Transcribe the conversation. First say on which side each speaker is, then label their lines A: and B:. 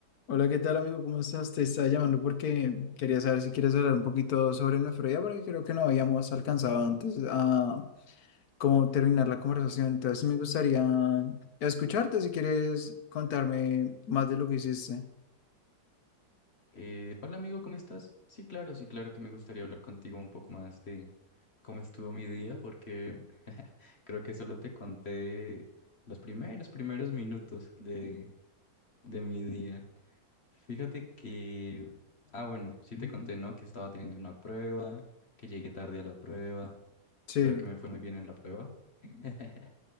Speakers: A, on the left; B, on the left.
A: Hola, ¿qué tal amigo? ¿Cómo estás? Te estaba llamando porque quería saber si quieres hablar un poquito sobre nefrología, porque creo que no habíamos alcanzado antes a cómo terminar la conversación. Entonces sí me gustaría escucharte si quieres contarme más de lo que hiciste.
B: Eh, hola amigo, ¿cómo estás? Sí, claro, sí, claro que me gustaría hablar contigo un poco más de cómo estuvo mi día, porque <laughs> creo que solo te conté los primeros, primeros minutos de, de mi día. Fíjate que, ah, bueno, sí te conté,
A: <laughs>
B: ¿no? Que estaba teniendo una prueba, que llegué tarde a la prueba,
A: Sí,
B: pero que me fue muy bien en la prueba. <laughs>